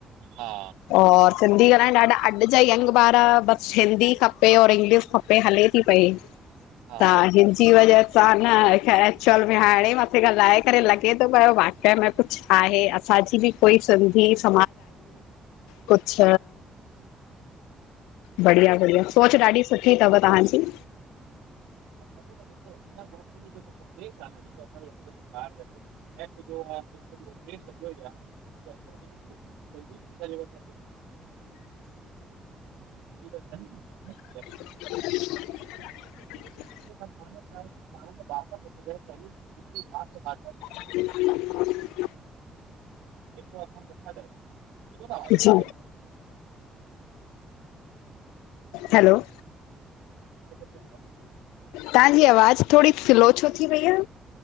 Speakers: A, on the right (about 85°); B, on the left (about 85°).
A: हा
B: और सिंधी ॻाल्हाइण ॾाढा अॼु जा यंग ॿार हिंदी खपे और इंग्लिश खपे हले थी पई
A: हा
B: त हिन जी वजह हा, न एक्चुअल में हाणे मथे ॻाल्हाए करे लॻे थो पियो वाकई में कुछ आहे असांजी बि कोई संधी स कुच्छ बढ़िया सोच ॾाढी सुठी थव तहांजी।
A: िसो हिन ग्रुप में जेको उपदश आहे न जेको अ हलेॿ <unintelligible> ऐं सु जोो <unintelligible> <unintelligible> ठीकु <unintelligible>
B: <inaudible>
A: पाण वापस अच या <unintelligible>
B: <inaudible>
A: जेको असां र <unintelligible>
B: जी हैलो।
A: ठ <inaudible>
B: तहांजी आवाज थोड़ी स्लो छो थी वई आ?